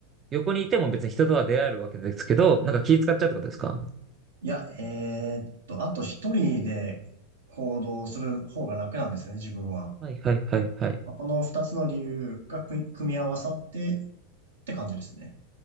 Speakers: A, on the right (about 30°); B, on the right (about 85°).
A: 横にいても別に人とは出会えるわけですけど、なんか気使っちゃうってことですか
B: いや、えーっと、あと一人で行動する方が楽なんですね、自分は。
A: はいはいはいはい。
B: まあ、この二つの理由が組み組み合わさってって感じですね。